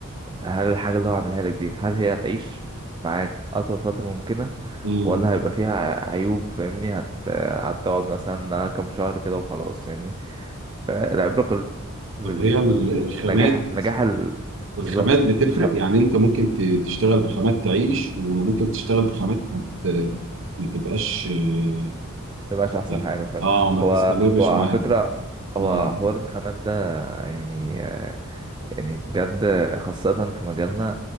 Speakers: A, on the right; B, on the right.
A: هل الحاجة اللي هو عملها لك دي هل هي هتعيش معاك اطول فترة ممكنة
B: امم
A: ولا هيبقى فيها عيوب فاهمني هت... هتقعد مثلا كام شهر كده وخلاص فاهمني فالعبرة كلها بالنجاح
B: طب هي ال- الخامات
A: النجاح ال...
B: الخامات
A: بالظبط
B: بتفرق
A: الخم
B: يعني انت ممكن ت- تشتغل بخامات تعيش وممكن تشتغل بخامات ما ت- ما تبقاش اه
A: مبقاش أحسن
B: يعني،
A: حاجة فعلا
B: آه، ما
A: هو
B: تستمرش
A: هو على
B: معاك
A: فكرة هو
B: امم
A: حوار الخامات ده يعني يعني بجد خاصة في مجالنا